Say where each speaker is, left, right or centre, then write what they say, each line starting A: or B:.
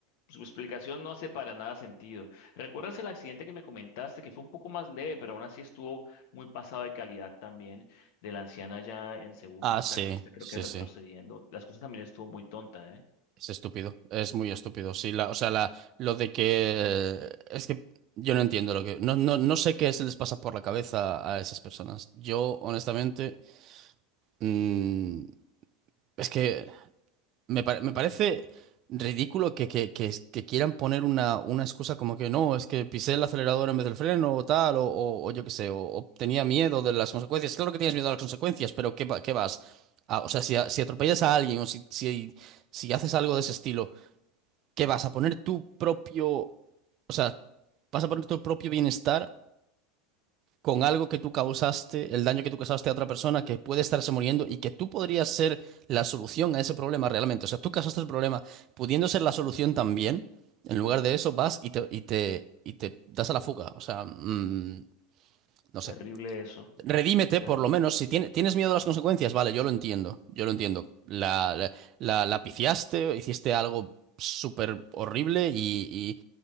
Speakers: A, on the left (about 65°); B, on the right (about 45°).
A: su explicación no hace para nada sentido. ¿Recuerdas el accidente que me comentaste, que fue un poco más leve, pero aún así estuvo muy pasado de calidad también, de la anciana allá en Cebú
B: Ah,
A: que un
B: sí,
A: taxista creo
B: sí,
A: que retrocediendo?
B: sí.
A: Las cosas también estuvo muy tonta, ¿eh?
B: Es estúpido, es muy estúpido. Sí, la, o sea, la, lo de que eh, es que yo no entiendo lo que no, no, no sé qué se les pasa por la cabeza a esas personas. Yo, honestamente, mm, es que me, pare- me parece ridículo que, que, que, que quieran poner una, una excusa como que no, es que pisé el acelerador en vez del freno o tal, o, o, o yo qué sé, o, o tenía miedo de las consecuencias. Claro que tienes miedo a las consecuencias, pero ¿qué, va- qué vas? Ah, o sea, si, a- si atropellas a alguien o si, si si haces algo de ese estilo que vas a poner tu propio, o sea, vas a poner tu propio bienestar con algo que tú causaste, el daño que tú causaste a otra persona que puede estarse muriendo y que tú podrías ser la solución a ese problema realmente. O sea, tú causaste el problema pudiendo ser la solución también. En lugar de eso vas y te, y te, y te das a la fuga. O sea, mm, no
A: Terrible
B: sé.
A: eso,
B: Redímete,
A: terrible.
B: por lo menos. Si tiene- tienes miedo a las consecuencias, vale, yo lo entiendo. Yo lo entiendo. La, la, la- la pifiaste, hiciste algo súper horrible y,